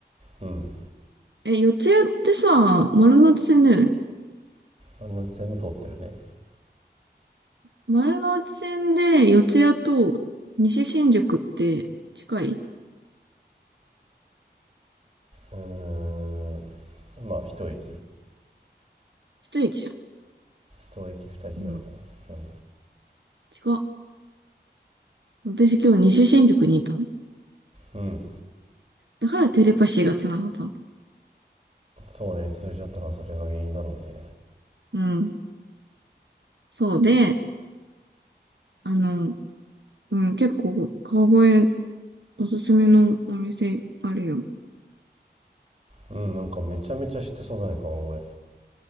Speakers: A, on the right; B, on the right.
A: うん。
B: え、四ツ谷ってさ、丸ノ内線だよね。
A: あの線も通ってるね。
B: 前の内線で四谷と西新宿って近い
A: うーん。まあ、一駅。
B: 一駅じゃ
A: 一駅、二駅ぐらいかな。
B: ん。うん。
A: うん。
B: 近っ。私今日西新宿にいたの。
A: うん。
B: だからテレパシーが繋がったの。
A: そうね、通じ合ったのはそれが原因だろうね。
B: うん。そうで、あの、うん、結構川越おすすめのお店あるよ。
A: うん、なんかめちゃめちゃ知ってそうだね、川越。